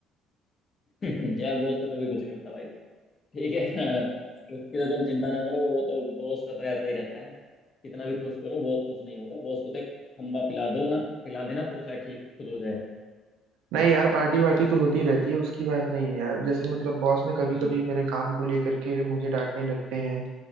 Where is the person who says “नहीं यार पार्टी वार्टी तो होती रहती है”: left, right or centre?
Right